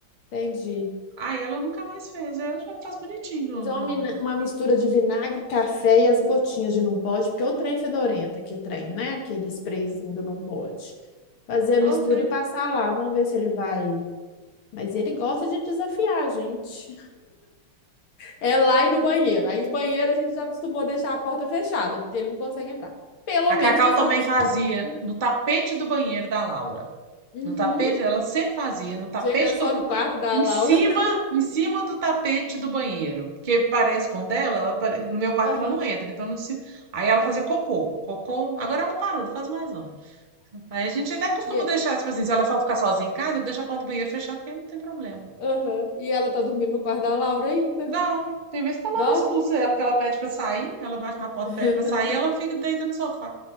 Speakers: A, on the left; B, on the right.
A: Entendi.
B: Aí ela nunca mais fez. Aí Hoje ela faz bonitinho.
A: Mas
B: No,
A: é
B: no-
A: uma, mina- uma mistura de vinagre, café e as gotinhas de não pode, porque o trem fedorenta que trem, né? Aquele sprayzinho do não pode. Fazer a
B: Ah,
A: mistura
B: Ok.
A: e passar lá, vamos ver se ele vai. Mas ele gosta de desafiar a gente. É lá e no banheiro. Aí o banheiro a gente já acostumou a deixar a porta fechada, porque ele não consegue entrar. Pelo
B: A
A: menos
B: Cacau
A: não faz
B: também
A: nos
B: fazia
A: quartos, né?
B: no tapete do banheiro da Laura.
A: Uhum.
B: No tapete, ela sempre fazia no tapete
A: Gente, é só
B: do.
A: no quarto da
B: Em
A: Laura.
B: cima,
A: <laughs>
B: em cima do tapete do banheiro. Porque parece com o dela, ela pare- no meu quarto
A: Aham.
B: ela não entra, então no cima. Aí ela fazia cocô. Cocô. Agora ela parou, não faz mais não. Aí a gente até costuma
A: E, é-
B: deixar, tipo assim, se ela for ficar sozinha em casa, deixa a porta do banheiro fechada, porque não tem problema.
A: aham. E ela tá dormindo no quarto da Laura ainda.
B: Dá, homem. Tem vezes que a Laura
A: Dorme.
B: expulsa ela, porque ela pede pra sair, ela bate na porta,
A: <laughs>
B: pede pra sair, ela fica deita no sofá.